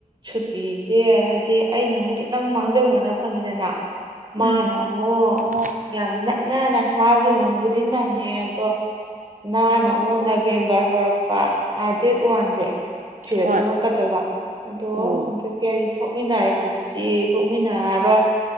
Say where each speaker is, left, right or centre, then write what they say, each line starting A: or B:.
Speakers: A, on the right; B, on the right.
A: ꯁꯨꯇꯤꯁꯦ ꯍꯥꯏꯗꯤ ꯑꯩꯅ ꯑꯃꯨꯛ ꯈꯤꯇꯪ ꯃꯥꯡꯖꯧꯅꯅ ꯐꯪꯉꯤꯗꯅ ꯃꯥꯅ
B: ꯎꯝ
A: ꯑꯃꯨꯛ
B: ꯑꯣ
A: ꯌꯥꯝ ꯅꯛꯅꯅ ꯃꯥꯁꯨ ꯅꯪꯕꯨꯗꯤ ꯅꯪꯉꯦ ꯑꯗꯣ ꯅꯥꯟꯅ ꯑꯃꯨꯛ ꯅꯕꯦꯝꯕꯔ ꯍꯧꯔꯛꯄꯥ ꯗꯦꯠ ꯋꯥꯟꯁꯦ ꯁꯤꯗ
B: ꯍꯣꯏ
A: ꯊꯣꯛꯂꯛ ꯀꯗꯧꯕ ꯑꯗꯣ
B: ꯑꯣ
A: ꯍꯟꯇꯛꯇꯤ ꯍꯥꯏꯗꯤ ꯊꯣꯛꯃꯤꯟꯅꯔꯛꯄꯗꯨꯗꯤ ꯊꯣꯛꯃꯤꯟꯅꯔꯔꯣꯏ